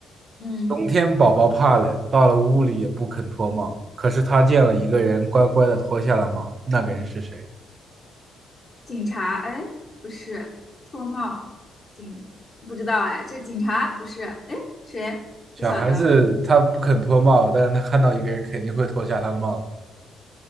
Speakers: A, on the left; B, on the right.
A: 嗯，
B: 冬天宝宝怕冷，到了屋里也不肯脱帽。可是他见了一个人，乖乖的脱下了帽。那个人是谁？
A: 警察，哎，不是，脱帽，警，不知道哎，这警察不是，哎，谁？
B: 小孩子他不肯脱帽，
A: 不晓得
B: 但是他看到一个人，肯定会脱下他的帽子。